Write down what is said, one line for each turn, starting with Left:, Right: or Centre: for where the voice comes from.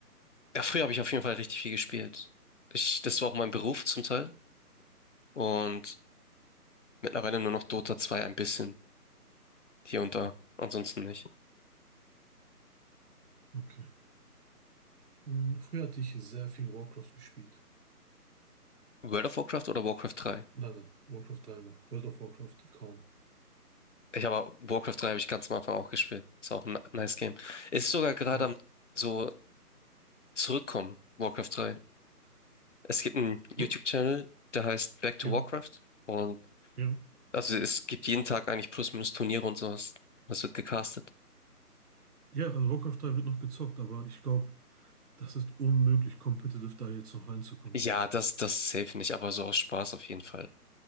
Left: ja, früher habe ich auf jeden Fall richtig viel gespielt. Ich, das war auch mein Beruf zum Teil. Und mittlerweile nur noch Dota 2 ein bisschen. Hier und da. Ansonsten nicht.
Right: Okay. Hm, Früher hatte ich sehr viel Warcraft gespielt.
Left: World of Warcraft oder Warcraft 3?
Right: Nein, nein, Warcraft 3 noch. World of Warcraft kaum.
Left: Ich habe Warcraft 3 habe ich ganz am Anfang auch gespielt. Ist auch ein nice Game. Ist sogar gerade
Right: Ja.
Left: am so zurückkommen, Warcraft drei. Es gibt einen YouTube-Channel,
Right: Gut?
Left: der heißt Back to
Right: Ja,
Left: Warcraft. Und
Right: ja.
Left: also es gibt jeden Tag eigentlich plus minus Turniere und sowas. Das wird gecastet.
Right: Ja, also Warcraft 3 wird noch gezockt, aber ich glaube, das ist unmöglich, competitive da jetzt noch reinzukommen.
Left: Ja, das, das safe nicht, aber so aus Spaß auf jeden Fall.